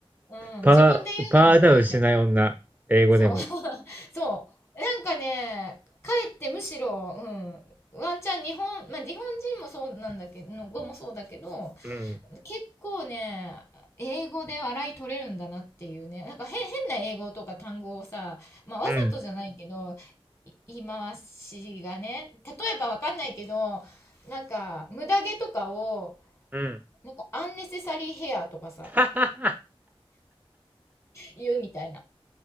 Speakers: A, on the left; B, on the right.
A: うん。
B: パー、
A: 自分で言うのも言いた
B: パーダウンしない女、英語でも。
A: そう、<laughs> そう。なんかね、かえってむしろ、うん、ワンチャン日本、まあ、日本人もそうなんだけど、の語もそうだけど、
B: うん。
A: 結構ね、英語で笑い取れるんだなっていうね、なんか変、変な英語とか単語をさ、まあ、わざとじゃないけど、
B: うん。
A: い言い回しがね、例えばわかんないけど、なんか、無駄毛とかを、
B: うん。
A: なんか、アンネセサリーヘアとかさ、
B: <laughs>
A: 言うみたいな。